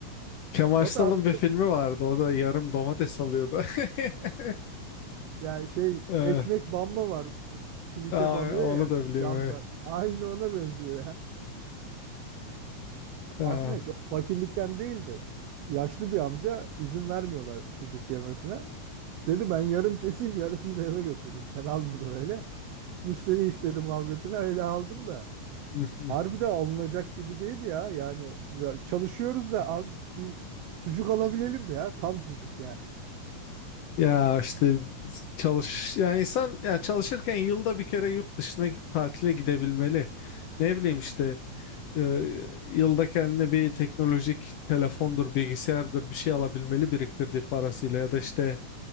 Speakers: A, on the left (about 70°); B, on the right (about 85°).
A: Kemal
B: O
A: Sal'ın
B: da aslında
A: bir filmi vardı. O da yarım domates alıyordu. <laughs>
B: Yani şey
A: Eh,
B: ekmek banma var. Piliçe
A: aa,
B: banıyor
A: onu
B: ya
A: da biliyorum.
B: camdan.
A: evet.
B: Aynı ona benziyor ya.
A: Ah.
B: Aslında çok fakirlikten değil de yaşlı bir amca izin vermiyorlar sucuk yemesine. Dedi ben yarım keseyim yarısını da eve götürürüm. Sen al bunu böyle. Müşteri istedi muhabbetine öyle aldım da.
A: <laughs>
B: Harbi de alınacak gibi değil ya. Yani ya çalışıyoruz da abi bir sucuk alabilelim ya. Tam sucuk ya.
A: Ya işte çalış yani insan ya çalışırken yılda bir kere yurt dışına tatile gidebilmeli. Ne bileyim işte e, yılda kendine bir teknolojik telefondur, bilgisayardır bir şey alabilmeli biriktirdiği parasıyla ya da işte